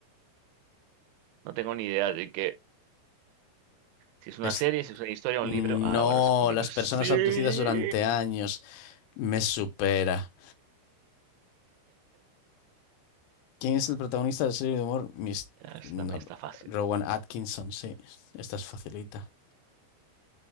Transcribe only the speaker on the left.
Es-
No,
las
personas abducidas durante años. Me supera. ¿Quién es el protagonista de la serie de humor? Mis...
no,
Rowan Atkinson, sí. Esta es facilita.